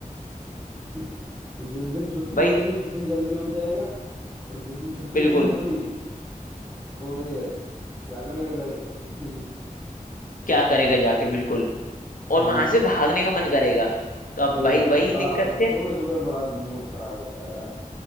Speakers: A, on the right (about 25°); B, on the left (about 70°).
A: <laughs> कि जिस दिन छुट्टी
B: भाई
A: होगी उस दिन जल्दी उठ जाएगा और जिस दिन छुट्टी
B: बिल्कुल
A: नहीं हुई सोता ही रहे क्या करेगा जाके <laughs>
B: क्या करेगा जाके बिल्कुल और
A: हाँ
B: वहां से भागने का मन करेगा तो अब
A: सही
B: भाई
A: बात
B: वही
A: है बड़ा
B: दिक्कत
A: सुबह
B: है
A: सुबह बड़ा मूड खराब होता है यार